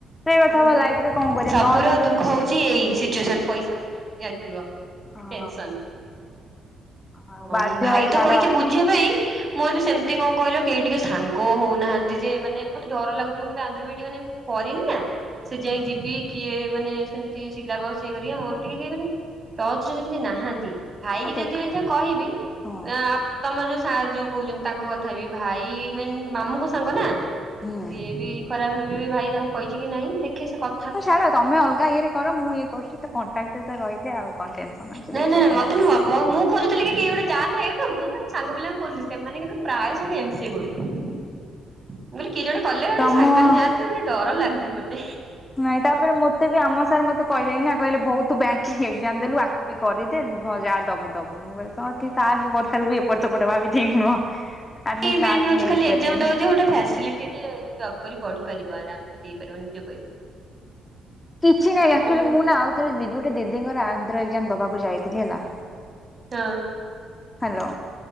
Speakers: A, on the left (about 20°); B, on the right (about 30°).
A: ସେ କଥା
B: ଆଉ
A: ବା ଲାଇଫ ରେ କଣ କରିବା
B: ସବୁର
A: ନହେଲେ ଆଉ
B: ଦୁଃଖ
A: କିଛି
B: ହଉଚି ଏଇ ସି ସିଚୁଏସନ୍ ପଇସା କଥ ଜାଣିଥିବ
A: ହଁ
B: ଟେନସନ୍
A: ଆଉ
B: ହଁ
A: ବାଧ୍ୟ
B: ଭାଇ
A: ହେଇ
B: ତ
A: ଛାଡ
B: କହିଚି ବୁ୍ଝ୍ ଝିବା ପାଇଁ ମୋର ବି ସେମିତି କଣ କହିଲ କେହି ଟିକେ ସାଙ୍ଗ ହଉନାହାନ୍ତି ଯେ ମାନେ ମତେ ଡର ଲାଗୁଚି ମୁଁ କେବେ ଆନ୍ଧ୍ର ବିଡି ମାନେ ଏମତି କରିନି ନା ସେ ଯାଏଁ ଯିବି କିଏ ମାନେ ସେମିତି ସିଲାବସ୍ ଇଏହରିକା ମୋର ଟିକେ କେହି ମାନେ ଟଚ୍ ରେ ସେମିତି ନାହାନ୍ତି। ଭାଇ
A: ଆଉ
B: କିି ଯଦି
A: ଦେଖ
B: ଏଇଁଖା କହିବି
A: ହଁ
B: ଆଁ ତମର ଯୋଉ ସାର୍ ଯୋଉ କହୁଚନ୍ତି ତାଙ୍କ କଥା ବି ଭାଇ ମାନେ ମାମୁଁଙ୍କ ସାଙ୍ଗ ନା
A: ହୁଁ।
B: ସିଏ ବି ଖରାପ ଭାବି ବେ ଭାଇ ତାଙ୍କୁ କହିଚି କି ନାଇଁ ଦେଖେ ସେ କ
A: ହଁ ଛାଡ ତମେ ଅଲଗା ଇଏରେ କର ମୁଁ ଇଏ କରୁଚି ତ କଣ୍ଟାଟରେ ରହିଲେ ଆଉ କଣ ଟେନସନ୍ ଅଛି
B: ନାଇଁ
A: ଦେଖିଆ
B: ନାଇଁ ନାଇଁ
A: କଣ
B: ମତେ
A: ହଉଚି।
B: ନୁହଁ ମୋ ମୁଁ ଖୋଜୁଥିଲି କି କିଏ ଗୋଟେ ଯାଆନ୍ତା ଏଇଠୁ ମୁଁ ବି ମୋ ସାଙ୍ଗ ପିଲାଙ୍କୁ କହୁଥିଲି ସେମାନେ କିନ୍ତୁ ପ୍ରାୟ ସବୁ ଏମ୍ ସିଏ କରୁଚନ୍ତି।
A: <unintelligible>
B: ମୁଁ କହିଲି କିଏ ଜଣେ କଲେ ଗୋଟେ
A: ତମ
B: ସାଙ୍ଗରେ ଯାଆନ୍ତି ଗୋଟେ ଡର ଲାଗୁଚି ମତେ।
A: ନାଇଁ ତାପରେ ମୋ ତେବେ ଆମ ସାର୍ ମୋତେ କହିଲେଣି ନା କହିଲେ ବହୁତ ବ୍ୟାଙ୍କିଙ୍ଗି ଏଗକ୍ଜାମ ଦେଲୁ ଆକୁ ବି କରିଦେ ବ ଯାହା ଦେବୁ ଦେବୁ ମୁଁ କହିଲି ତ ଟିକେ ସାର୍ ଙ୍କ କଥାରୁ ବି ଏପଟ ସେପଟ ହବାବି ଠିକ୍ ନୁହଁ। ଆଟଲିଷ୍ଟ
B: ସେଠି ମେନ୍
A: ସାର୍
B: ହଉଚି
A: ହେଲ୍ପ
B: ଖାଲି ଏକ୍ଜାମ
A: କରିବେ
B: ଦବାକୁ
A: ନା ଟିକେ।
B: ଯିବୁ ଗୋଟେ ଫ୍ୟାସଲିଟ <unintelligible> ଜବ୍ କରି ପଢି ପାରିବ ଆରାମସେ ଦେଇପାରିବ ନିଜ ପଇସା।
A: କିଛି ନାଇଁ
B: ସେଇଟା
A: ଆକଚୁଆଲି
B: ମାନେ
A: ମୁଁ ନା ଆଉ ଥରେ ଦିଦି ଗୋଟେ ଦିଦିଙ୍କର ଆନ୍ଦ୍ର ଏକ୍ଜାମ ଦବାକୁ ଯାଇଥିଲି ହେଲା
B: ହଁ
A: ହ୍ୟାଲୋ